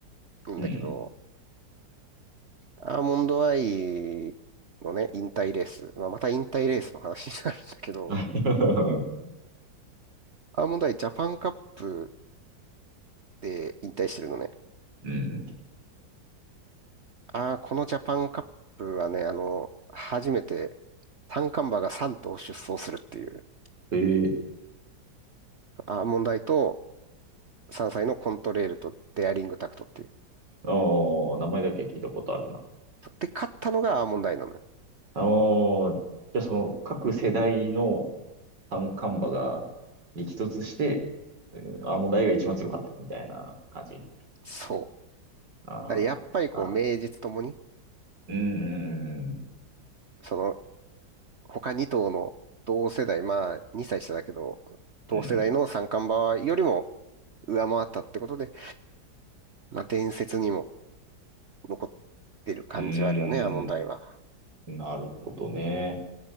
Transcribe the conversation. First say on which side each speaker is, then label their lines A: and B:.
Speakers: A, on the right (about 45°); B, on the right (about 70°).
A: なんだけど、
B: ん、うん。
A: アーモンドアイのね、引退レース。まあ、また引退レースの話になるんだけど、
B: <laughs>
A: アーモンドアイジャパンカップで引退してるのね。
B: うん。<laughs>
A: ああ、このジャパンカップはね、あの、初めて三冠馬が3頭出走するっていう、
B: ええ
A: アーモンダイと3歳のコントレールとデアリングタクトっていう。
B: あ名前だけ聞いたことあるな。
A: で、勝ったのがアーモンダイなのよ。
B: あのーじゃあその各世代の三冠馬が激突して、うんアーモンドアイが一番強かったみたいな感じ。
A: そう。
B: ああ、
A: だからやっぱりこう、
B: まあ、
A: 名実ともに、
B: うん、うん、
A: その、他2頭の同世代、まあ、2歳下だけど、同世代の三冠馬よりも
B: うん、
A: 上回ったってことで、まあ、伝説にも残ってる感じはあるよね、
B: うん、
A: アーモンダイは。
B: うんなるほどね。